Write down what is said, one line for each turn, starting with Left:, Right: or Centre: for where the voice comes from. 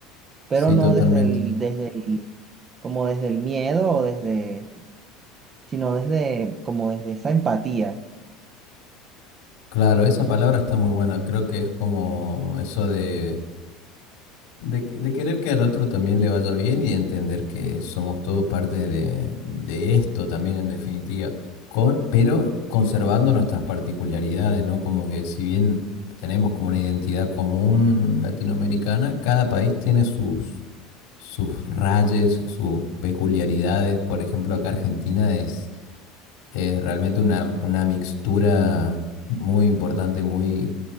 Right: pero
Left: Sí,
Right: no
Left: totalmente.
Right: desde el, desde el, como desde el miedo o desde, sino desde, como desde esa empatía.
Left: Claro, esa palabra está muy buena. Creo que es como eso de De, que- de querer que al otro también le vaya bien y de entender que somos todos parte de, de esto también en definitiva, con, pero conservando nuestras particularidades, ¿no? Como que si bien tenemos como una identidad común latinoamericana, cada país tiene sus, sus rayes, sus peculiaridades. Por ejemplo, acá Argentina es, es realmente una, una mixtura muy importante, muy